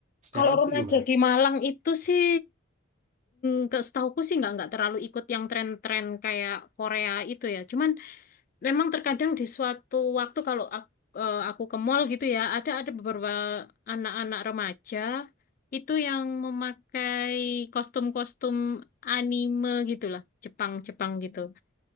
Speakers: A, on the right; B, on the left.
A: Sekarang
B: kalau remaja
A: tuh gimana
B: di
A: tuh?
B: Malang itu sih nggak setahuku sih nggak nggak terlalu ikut yang tren-tren kayak Korea itu ya. Cuman memang terkadang di suatu waktu kalau aku, aku ke mall gitu ya, ada ada beberapa anak-anak remaja itu yang memakai kostum-kostum anime gitulah, Jepang-Jepang gitu.